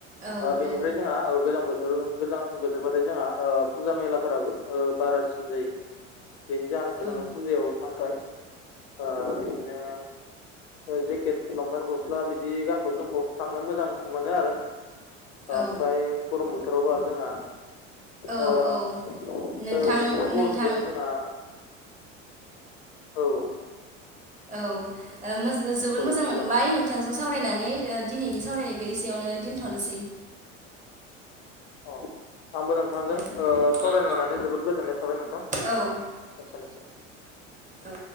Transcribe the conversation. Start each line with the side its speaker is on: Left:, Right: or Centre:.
Right: औ
Left: ओ बेनिफ्राय
Right: औ
Left: जोंहा ओ गोजां बोथोर। गोजां बोथोरबाथाय जोंहा ओ फुजा मेलाफोराबो ओ बारासिन जायो। बेनि जाहोनाव
Right: औ
Left: जोङो फुजायाव थांनो थाखाय। ओ बिदिनो जेकेट, लंपेन्ट, गस्ला बिदि गान। फब जोमफब थांनो मोजां मोनो आरो ओमफ्राय
Right: औ
Left: गरम बोथोरावबो आरो जोंहा।
Right: औ
Left: ओ
Right: औ नोंथां
Left: बिदिनो गरमजों
Right: नोंथां
Left: जोंहा ओ। औ।
Right: औ ओ मोजा जोबोर
Left: औ
Right: मोजां
Left: बुंजागोन
Right: मोनबाय
Left: नोंथां
Right: नोंथांजों सावरायनानै। ओ दिनैनि सावरायनायखौ एसेयावनो दोनथ'नोसै।
Left: अ। आंबो नोंथांजों
Right: औ
Left: ओ सावरायनो
Right: जों
Left: मोननानै जोबोर गोजोननाय थाबाय नोंथां
Right: ओ
Left: अ एसेनोसै।
Right: औ।